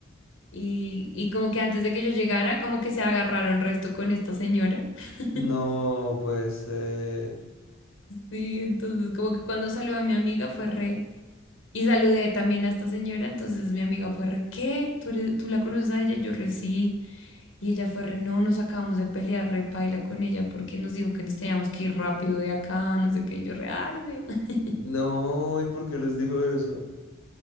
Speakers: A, on the left; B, on the left.
A: y, y como que antes de que yo llegara, como que se agarraron resto con esta señora. <laughs>
B: No puede ser.
A: Sí, entonces como que cuando salió a mi amiga fue re... Y saludé también a esta señora, entonces mi amiga fue re, ¿qué? ¿Tú, eres- tú la conoces a ella? Yo re, sí. Y ella fue re, no, nos acabamos de pelear, re paila con ella, porque nos dijo que nos teníamos que ir rápido de acá, no sé qué. Y Yo re, ay, Dios mío". <laughs>
B: No, ¿y por qué les dijo eso?